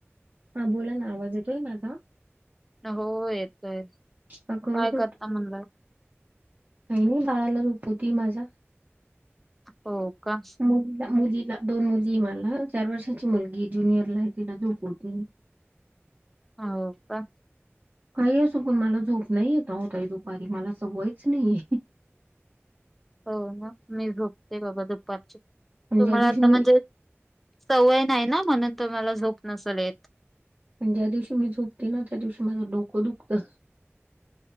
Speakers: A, on the right (about 40°); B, in the centre.
A: हा, बोला ना आवाज येतोय माझा.
B: हो, येतोय
A: का कट
B: काय करता म्हणलं.
A: काय नाही बाळाला झोपवती माझ्या.
B: हो का,
A: मुलीला मुलीला दोन मुलीहे मला चार वर्षाची मुलगी हे ज्युनियर ला तिला झोपवती ते.
B: हो का,
A: काही असो पण मला झोप नाही येत अहो ताई दुपारी मला सवयाच नाहीये.
B: हो, ना मी झोपते बाबा दुपारची
A: पण
B: तुम्हाला
A: ज्या दिवशी
B: आता
A: मी
B: म्हणजे. सवय नाही ना म्हणून तुम्हाला झोप नसल येत.
A: पण ज्या दिवशी मी झोपती ना त्या दिवशी माझं डोकं दुखतं.